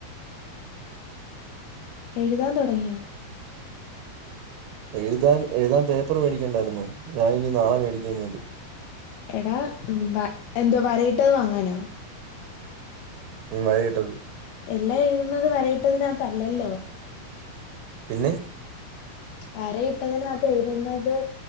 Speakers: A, on the left; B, on the right.
A: എഴുതാൻ തൊടങ്ങിയോ
B: എഴുതാൻ എഴുതാൻ പേപ്പറ് വേടിക്കണ്ടായിരുന്നോ ഞാൻ ഇനി നാളെ മേടിക്കനിയത്
A: എടാ വ എന്തോ വരയിട്ടത് വാങ്ങാനോ
B: ഉം വര ഇട്ടത്
A: എല്ലാം എഴുതുന്നത് വരയിട്ടതിനത്തല്ലല്ലോ
B: പിന്നെ
A: വരയിട്ടതിനത്ത് എഴുതുന്നത്